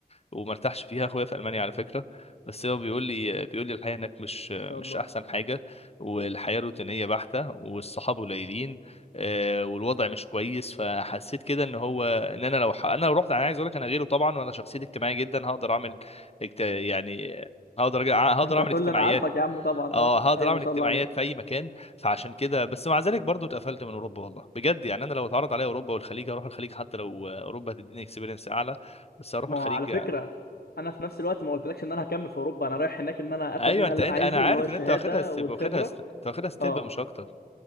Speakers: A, on the left; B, on the left.
A: وما ارتاحش فيها اخويا في المانيا على فكره بس هو بيقول لي بيقول لي الحياه هناك مش مش
B: ان شاء الله
A: احسن حاجه والحياه روتينيه بحته والصحاب قليلين آه، والوضع مش كويس فحسيت كده ان هو ان انا لو ح... انا لو رحت انا عايز اقول لك انا غيره طبعا وانا شخصيتي اجتماعيه جدا هقدر اعمل اجت- يعني هقدر أج- هقدر
B: انت
A: اعمل
B: هتقول
A: اجتماعيات
B: لي انا عارفك يا عم طبعا
A: اه
B: اه
A: هقدر
B: ايوه
A: اعمل
B: ما شاء
A: اجتماعيات
B: الله عليك
A: في اي مكان فعشان كده بس مع ذلك برضو اتقفلت من اوروبا والله بجد يعني انا لو اتعرض عليا اوروبا والخليج اروح الخليج حتى لو اوروبا هتديني اكسبيرينس اعلى بس اروح
B: ما
A: الخليج
B: هو على فكرة
A: يعني.
B: انا في نفس الوقت ما قلتلكش ان انا هكمل في اوروبا انا رايح هناك ان انا اخد
A: ايوه
B: منها
A: انت
B: اللي
A: انا
B: انا عايزه
A: عارف
B: اللي هو الشهادة
A: ان انت واخدها ستيب
B: والخبرة
A: واخدها ست... انت واخدها ستيب
B: اه
A: مش اكتر